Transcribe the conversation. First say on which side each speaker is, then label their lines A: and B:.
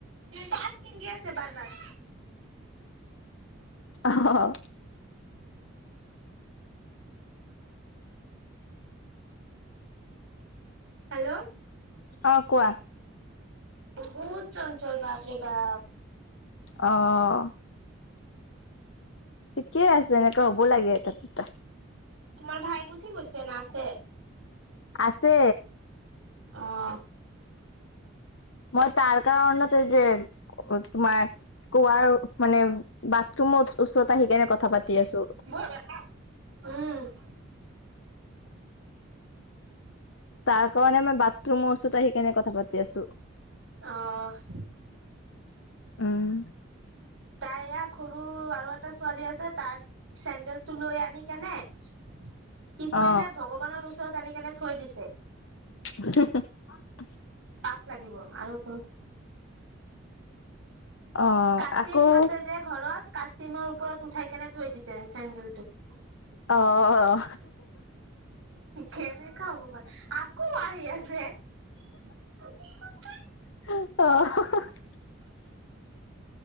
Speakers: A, on the right; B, on the left.
A: পাত শিংগি আছে বাৰ বাৰ।
B: অ',
A: হেল্ল'
B: অ', কোৱা।
A: বহুত চঞ্চল বাপৰে বাপ।
B: অ', ঠিকে আছে এনেকে হ'ব লাগে এতে দুটা।
A: তোমাৰ ভাই গুচি গৈছে না আছে?
B: আছে
A: অ',
B: মই তাৰ কাৰণতে এইটো তোমাৰ কুৱাৰ মানে বাথৰুমত ওচৰত আহি কিনে কথা পাতি আছোঁ।
A: উম,
B: তাৰ কাৰণে মই বাথৰুমৰ ওচৰত আহি কেনে কথা পাতি আছোঁ।
A: অ',
B: উম,
A: তাই য়াক সৰু আৰু এটা ছোৱালী আছে তাত চেণ্ডেলটো লৈ আনি কেনে কি কৰিলে
B: অ
A: ভগৱানৰ ওচৰত আনি কেনে থৈ দিছে।
B: হুম, হুম,
A: পাপ লাগিব আৰু কোনো
B: অ
A: কাচিম
B: আকৌ
A: আছে যে ঘৰত কাচিমৰ ওপৰত উঠাই কেনে থৈ দিছে চেন্দেলটো। <inaudible>
B: অ', অ',
A: কেনেকা হ'ব পাৰে আকৌ আহি আছে। <inaudible>
B: অ',